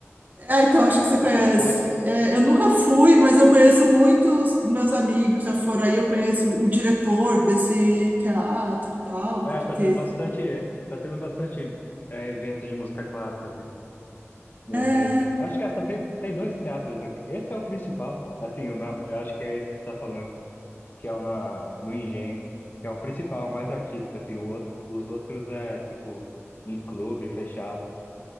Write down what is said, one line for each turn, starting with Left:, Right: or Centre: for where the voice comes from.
Right: Ah, então
Left: É,
Right: acho que você
Left: você
Right: conhece.
Left: já foi?
Right: É, eu nunca fui, mas eu conheço muitos meus amigos já foram aí. Eu conheço o diretor desse teatro e tal,
Left: É,
Right: porque
Left: tá tendo bastante, tá tendo bastante é, evento de música clássica, assim. ne-
Right: é,
Left: nesse. Acho que é, só tem, tem dois teatros aqui. Esse é o principal. Assim, o na, eu acho que é esse que você tá falando, que é o na, no Engenho, que é o principal, o mais artístico, assim. O outro, os outros é, tipo, em clube, fechado.